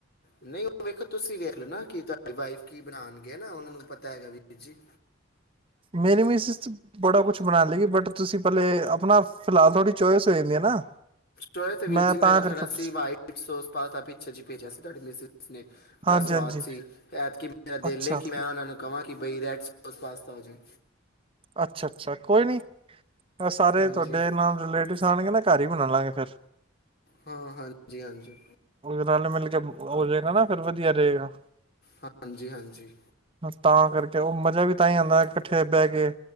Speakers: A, on the left; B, on the right.
A: ਨਹੀਂ ਉਹ ਵੇਖੋ ਤੁਸੀਂ ਵੇਖ ਲੋ ਨਾ ਕਿ ਤੁਹਾਡੀ ਵਾਈਫ ਕੀ ਬਣਾਉਣਗੇ ਨਾ ਉਹਨਾ ਨੂੰ ਪਤਾ ਹੈਗਾ ਵੀਰ ਜੀ
B: ਮੇਰੀ ਵੀ ਮਿਸ ਬੜਾ ਕੁਛ ਬਣਾ ਲੂਗੀ ਬਟ ਤੁਸੀਂ ਪਹਿਲੇ ਆਪਣਾ ਫਿਲਹਾਲ ਥੋੜੀ ਚੋਇਸ ਹੋ ਨੇ ਨਾ
A: ਸਏ ਤੇ ਵੀਰ
B: ਮੈਂ
A: ਜੀ
B: ਤਾਂ
A: ਮੇਰਾ
B: ਕਰਕੇ
A: ਥੋੜਾ
B: ਪੁੱਛ
A: ਵਾਈਟ ਸੋਸ ਪਾਸਤਾ ਭੇਜਿਆ ਸੀਗਾ ਮਿਸਿਸ ਨੇ ਬੜਾ
B: ਹਾਂਜੀ
A: ਸਵਾਦ
B: ਹਾਂਜੀ
A: ਸੀ ਐਤਕੀ ਮੇਰਾ
B: ਅੱਛਾ
A: ਦਿਲ ਹੈ ਕਿ ਮੈਂ ਉਹਨਾਂ ਨੂੰ ਕਵਾਂ ਕਿ ਬਾਈ ਰੈਡ ਸੋਸ ਪਾਸਤਾ ਹੋ ਜਾਵੇ
B: ਅੱਛਾ ਅੱਛਾ ਕੋਈ ਨਹੀਂ ਸਾਰੇ
A: ਹਾਂਜੀ
B: ਤੁਹਾਡੇ
A: ਹਾਂ
B: ਨਾਲ ਰਿਲੇਟਿਵਸ ਆਉਣਗੇ ਨਾ ਘਰ ਹੀ ਬਣਾ ਲਾਂਗੇ ਫਿਰ
A: ਹਾਂ ਹਾਂਜੀ ਹਾਂਜੀ
B: ਉਹ ਨਾਲ ਮਿਲ ਕੇ ਹੋ ਜਾਏਗਾ ਨਾ ਫਿਰ ਵਧੀਆ ਰਹੇਗਾ
A: ਹਾਂਜੀ ਹਾਂਜੀ
B: ਤਾਂ ਕਰਕੇ ਉਹ ਮਜ਼ਾ ਵੀ ਤਾਂ ਹੀ ਆਉਂਦਾ ਇਕੱਠੇ ਬਹਿ ਕੇ